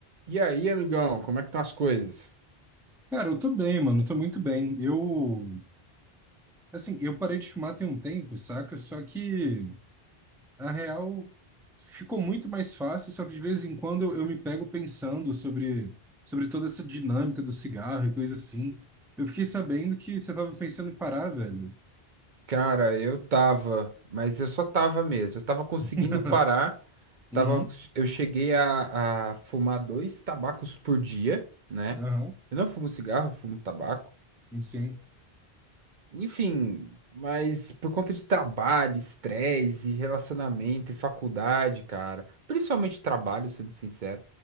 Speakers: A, on the right; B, in the centre.
A: E aí, amigão, como é que estão as coisas?
B: Cara, eu tô bem, mano, eu tô muito bem. Eu, assim, eu parei de fumar tem um tempo, saca? Só que, a real, ficou muito mais fácil, só que de vez em quando eu, eu me pego pensando sobre, sobre toda essa dinâmica do cigarro e coisa assim. Eu fiquei sabendo que você tava pensando em parar, velho.
A: Cara, eu tava, mas eu só tava mesmo. Eu tava conseguindo
B: <laughs>
A: parar.
B: Uhum,
A: Tava, eu cheguei a, a fumar dois tabacos por dia, né?
B: aham,
A: Eu não fumo cigarro, eu fumo tabaco.
B: sim,
A: Enfim, mas por conta de trabalho, estresse, e relacionamento e faculdade, cara. Principalmente trabalho, sendo sincero.